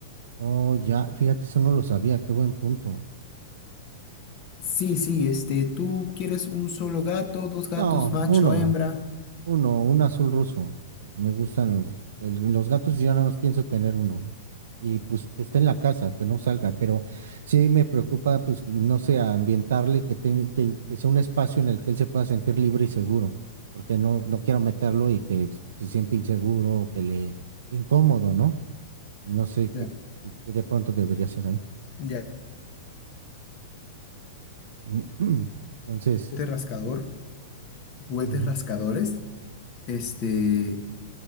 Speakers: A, on the right; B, on the left.
A: Oh, ya, fíjate, eso no lo sabía, qué buen punto.
B: Sí, sí, este, tú quieres un solo gato, dos gatos,
A: No,
B: macho,
A: uno,
B: hembra,
A: uno, un azul ruso. Me gustan los, el- los gatos y yo nada más pienso tener uno. Y pues que esté en la casa, que no salga, pero sí me preocupa, pues, que, no sé, ambientarle, que tenga, que, que sea un espacio en el que él se pueda sentir libre y seguro, porque no, no quiero meterlo y que se siente inseguro o que le incómodo, ¿no? No sé
B: ya,
A: qué, qué- qué de pronto debería ser ahí.
B: ya,
A: <clears throat> Entonces,
B: juguete rascador, juguetes
A: ujú,
B: rascadores, este,